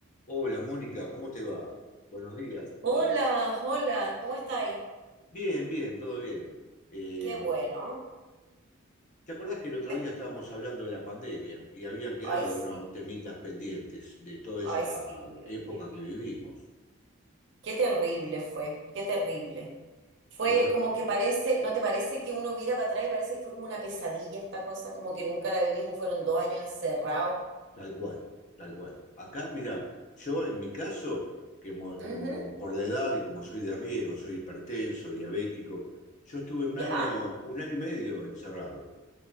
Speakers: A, on the left (about 35°); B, on the right (about 55°).
A: Hola Mónica, ¿cómo te va? Buenos días.
B: Hola,
A: Eh,
B: hola, ¿cómo estáis?
A: Bien, bien, todo bien. Eh,
B: Qué bueno.
A: ¿te acordás que el otro
B: Ay,
A: día estábamos hablando de la pandemia y habían quedado
B: ay, sí,
A: unos temitas pendientes de toda
B: ay,
A: esa
B: sí, Dios
A: época
B: mío.
A: que vivimos?
B: Qué terrible fue, qué terrible. Fue
A: La verdad,
B: como que parece, ¿no te parece que uno mira para atrás y parece que fue como una pesadilla esta cosa? Como que nunca la vivimos, fueron dos años encerrados.
A: tal cual, tal cual. Acá, mira, yo en mi caso, que mo-
B: Ujú,
A: como por la edad y como soy de riesgo, soy hipertenso, diabético, yo estuve un
B: ¿Ya?
A: año, un año y medio encerrado